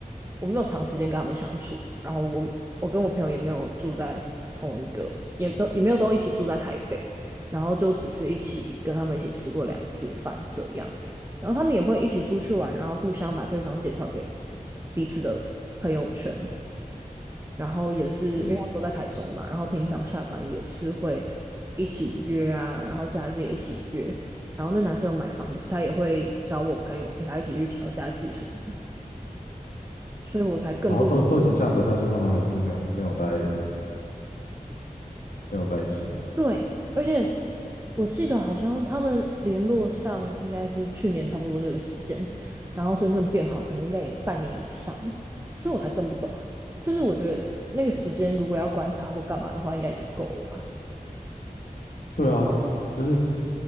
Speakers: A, on the right (about 20°); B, on the left (about 70°).
A: 我没有长时间跟他们相处嘛，然后我我跟我朋友也没有住在同一个，也都也没有都一起住在台北，然后就只是一起跟他们一起吃过两次饭这样，然后他们也会一起出去玩，然后互相把对方介绍给彼此的朋友圈，然后也是因为他们都在台中嘛，
B: 嗯，
A: 然后平常下班也是会一起约啊，然后假日也一起约，然后那男生有买房子，他也会找我朋友陪他一起去调家具什么的。所以我才更不
B: 然后都都已经这样子，但是他们还是没有没有在没有在一起，
A: 对。而且我记得好像他们联络上应该是去年差不多这个时间，然后真正变好可能应该也半年以上，所以我才更不懂啊。就是我觉得那个时间如果要观察或干嘛的话，应该已经够了吧？
B: 对啊，不是